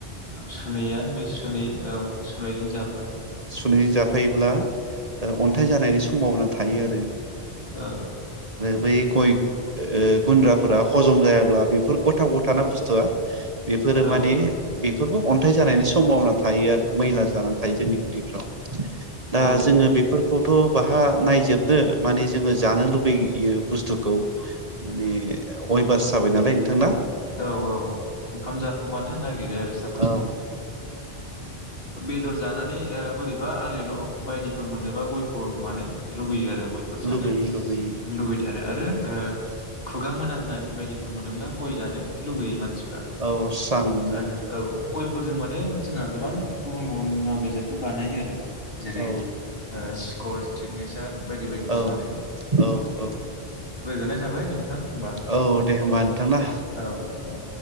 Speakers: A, on the left; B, on the right.
A: सुुनैया बे सुनै औ सुनायजों जाफोन
B: सुनैजों जाफायोब्ला अन्थाइ जानायनि समभाबना थायो आरो।
A: औ
B: बेै गइ ओ गुन्द्राफोरा हजम जायाब्ला बेफोर गथाव गथाना बुस्थुआ बेफोरो
A: औ
B: माने बेफोरखौ अन्थाइ जानायनि सम्भावना थायो आरो मैला जानानै थायो जोंनि उदैयाव दा
A: औ
B: जोङो बेफोरखौथ' बाहारंर् जे नायजोबदो माने जोङो जानो लुबैयो बुस्थुखौ माने अयभास जाबाय नालाय नोंथांना
A: औ औ ओंखाम जाखांबानो नागिरो आरो सोरबा
B: औ
A: सोरबा बेदर जानानै ओ बोरै बा <unintelligible> बायदिफोर मोनोबा गयखौ मानो लुगैयो आरो गयफोर जानो
B: लुबैयो लुबैयो
A: लुबैथारो आरो आरो खुगा मोनामनाय बायदिफोर मोनोब्ला गय जानो लुबैयो मानसि फोरा
B: औ स्रां मोनो
A: आरो औ गयफोरजों माने जोंहा गोबां गुबुन गुबुन मुवा बेसादफोर बानायो आरो जेरै
B: औ
A: ओ सि खर सिगनेसार बायदि बायदिफोर
B: औ
A: बानायो
B: औ औ
A: गोजोननाय थाबाय थाबाय नोंथां होमबा
B: औ दे होमबा नोंथां ना
A: औ औ